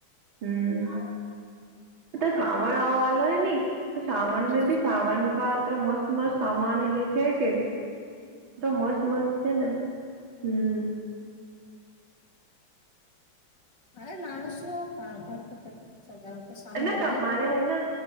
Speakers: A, on the right; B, on the left.
A: હમ્મ. તો સાાવણ આવા લે ની તો સાાવણ મે
B: શું
A: ભી સાવણ કા અત્ર મસ્ત મસ્ત સામાન હે છે કે તો મસ્ત મસ્ત છે ને. હમ્મ.
B: અરે ના શું પા ઘર તો પા <unintelligible> સજાવત તો સમાન
A: એટલે
B: લે
A: તમારે
B: છે
A: હેને